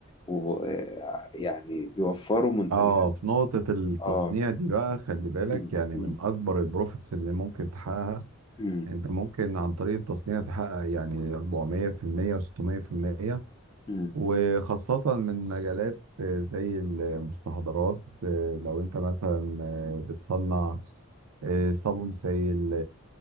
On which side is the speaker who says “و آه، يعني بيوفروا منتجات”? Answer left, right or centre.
Left